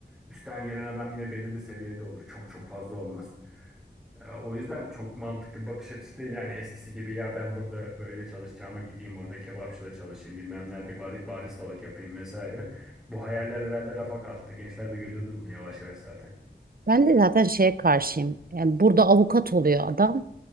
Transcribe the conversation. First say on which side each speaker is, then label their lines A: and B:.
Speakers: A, in the centre; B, on the right (about 50°).
A: Üstten gelen adam yine belirli seviyede olur. Çok çok fazla olmaz. E, O yüzden çok mantıklı bir bakış açısı değil yani eskisi gibi ya ben burada böyle çalışacağıma gideyim orada kebapçıda çalışayım bilmem nerede bar- baristalık yapayım vesaire. Bu hayaller herhalde rafa kalktı. Gençler de görüyordur bunu yavaş yavaş zaten.
B: Ben de zaten şeye karşıyım. Yani burada avukat oluyor adam.